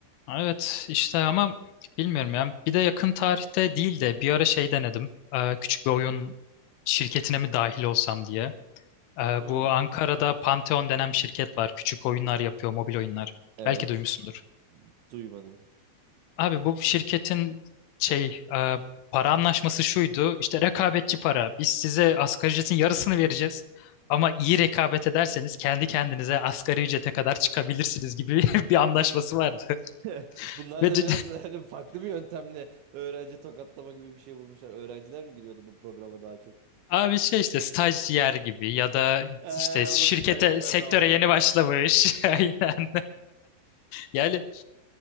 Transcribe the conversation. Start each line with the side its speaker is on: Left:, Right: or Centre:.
Left: Evet işte ama bilmiyorum ya. Bir de yakın tarihte değil de bir ara şey denedim. Ee, küçük bir oyun şirketine mi dahil olsam diye. Ee,
Right: Hmm,
Left: bu Ankara'da Pantheon denen bir şirket var. Küçük oyunlar yapıyor, mobil oyunlar.
Right: evet,
Left: Belki duymuşsundur.
Right: duymadım.
Left: Abi bu şirketin şey e, para anlaşması şuydu. İşte rekabetçi para. Biz size asgari ücretin yarısını vereceğiz. Ama iyi rekabet ederseniz kendi kendinize asgari ücrete kadar çıkabilirsiniz gibi <laughs> bir anlaşması vardı. <laughs>
Right: <laughs> Bunlar
Left: Ve
Right: da
Left: d-
Right: biraz hani farklı bir yöntemle öğrenci tokatlama gibi bir şey bulmuşlar. Öğrenciler mi giriyordu bu programa daha çok?
Left: abi şey işte stajyer gibi ya da
Right: Ee,
Left: işte şirkete
Right: o stajyer
Left: sektöre
Right: adı altında.
Left: yeni başlamış. <laughs>
Right: <laughs>
Left: Aynen. Yani